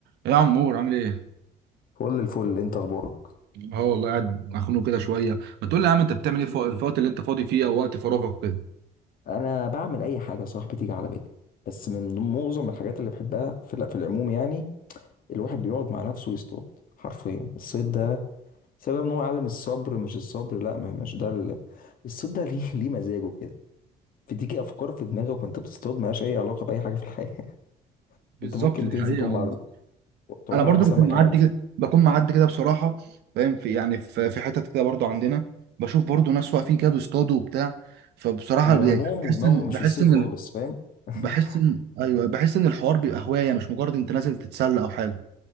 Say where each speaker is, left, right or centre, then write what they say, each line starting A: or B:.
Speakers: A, on the right (about 75°); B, on the left (about 55°).
A: يا عمور عامل ايه؟
B: فل الفل انت اخبارك
A: اه والله قاعد مخنوق كده شويه، ما تقول لي يا عم انت بتعمل ايه في الوقت اللي انت فاضي فيه او وقت فراغك كده؟
B: انا بعمل اي حاجه يا صاحبي تيجي على بالي بس من ضمن- معظم الحاجات اللي بحبها في الع- في العموم يعني الواحد بيقعد مع نفسه ويصطاد حرفيا الصيد ده سبب ان هو يعلم الصبر مش الصبر لا ما- مش ده ال... الصيد ده ليه <laughs> ليه مزاجه كده بتيجي افكار في دماغك وانت بتصطاد مالهاش اي علاقه باي حاجه في الحياه <laughs>
A: بالظبط
B: انت ممكن
A: دي
B: تنزل
A: حقيقة
B: تعوم
A: والله
B: على تعوم
A: انا برضو
B: على السمك
A: بكون معدي
B: عادي
A: كده بكون معدي كده بصراحه فاهم في يعني في في حتت كده برضو عندنا بشوف برضو ناس واقفين كده بيصطادوا وبتاع فبصراحه
B: وهمهم
A: بحس
B: ودماغهم
A: ان
B: مش
A: بحس
B: في الصيد
A: ان
B: خالص فاهم <laughs>
A: بحس ان ايوه بحس ان الحوار بيبقى هوايه مش مجرد انت نازل تتسلى او حاجه